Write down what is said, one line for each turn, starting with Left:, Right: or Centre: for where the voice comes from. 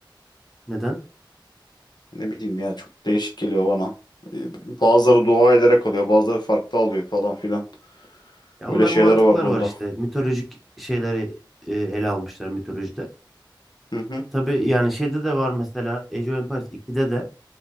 Centre: Neden?
Left: Ne bileyim ya çok değişik geliyor bana. Ee, Bazıları dua ederek alıyor, bazıları farklı alıyor falan filan.
Centre: Ya
Left: Öyle
Centre: onların
Left: şeyler
Centre: mantıklar
Left: vardı
Centre: var
Left: onda.
Centre: işte. Mitolojik şeyleri e, ele almışlar mitolojide.
Left: Hı hı
Centre: Tabii yani şeyde de var mesela Age of Empires 2'de de